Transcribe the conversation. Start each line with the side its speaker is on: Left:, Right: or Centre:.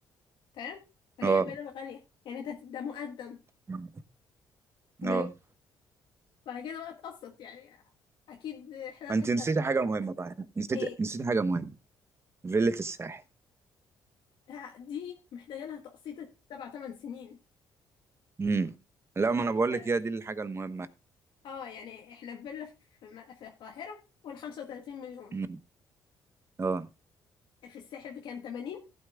Left: تمام فهي
Right: اه
Left: بلد غالية يعني انت هت- ده مقدم
Right: مم. اه
Left: بال... بعد كده بقى تقسط يعني اكيد حل... انت
Right: انت نسيتي حاجه مهمه بقى نسيت
Left: ايه
Right: نسيت حاجه مهمه فيلة الساحل
Left: لا دي محتاجة لها تقسيط سبع تمن سنين
Right: امم لا
Left: يعني
Right: ما انا بقول
Left: انت
Right: لك هي دي الحاجه المهمه
Left: اه يعني احنا في فيلا في, م- في القاهرة قول 35 مليون
Right: مم. اه
Left: في الساحل بكام 80